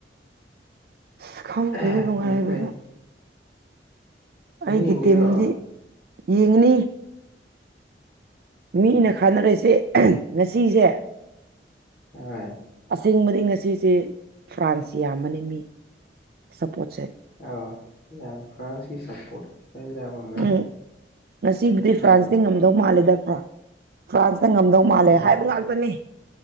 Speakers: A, on the right (about 55°); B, on the left (about 60°).
A: ꯑꯁ ꯈꯪꯗꯦꯗ
B: ꯑꯍꯝ
A: ꯅꯨꯡꯉꯥꯏꯕꯗꯣ
B: ꯐꯩꯏ ꯐꯩꯏ
A: ꯑꯩꯒꯤ
B: ꯌꯦꯡꯗꯣꯏꯔꯣ
A: ꯇꯤꯝꯗꯤ ꯌꯦꯡꯒꯅꯤ ꯃꯤꯅ ꯈꯥꯟꯅꯔꯤꯁꯦ ꯉꯥꯁꯤꯁꯦ
B: ꯍꯣꯏ
A: ꯑꯁꯦꯡꯕꯗꯤ ꯉꯁꯤꯁꯦ ꯐ꯭ꯔꯥꯟꯁ ꯌꯥꯝꯕꯅꯤ ꯃꯤ ꯁꯄꯣꯠꯁꯦ
B: ꯑꯧ ꯌꯥꯝ ꯐ꯭ꯔꯥꯟꯁꯀꯤ ꯁꯄꯣꯔꯠꯀꯤ ꯈꯔ ꯌꯥꯝꯃꯝꯕꯅꯦ
A: ꯎꯝ ꯉꯁꯤꯕꯨꯗꯤ
B: ꯎꯝ
A: ꯐ꯭ꯔꯥꯟꯁꯇꯤ ꯉꯝꯗꯧ ꯃꯥꯜꯂꯤꯗꯀꯣ ꯐ꯭ꯔꯥꯟꯁꯅ ꯉꯝꯗꯧ ꯃꯥꯜꯂꯦ
B: ꯎꯝ
A: ꯍꯥꯏꯕ ꯉꯥꯛꯇꯅꯤ